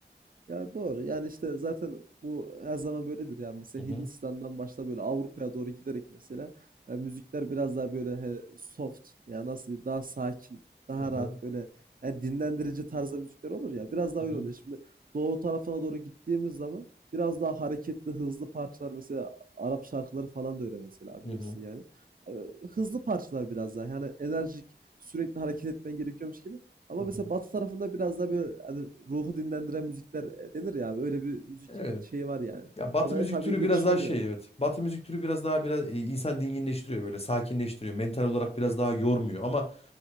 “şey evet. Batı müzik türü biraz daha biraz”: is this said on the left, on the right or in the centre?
Left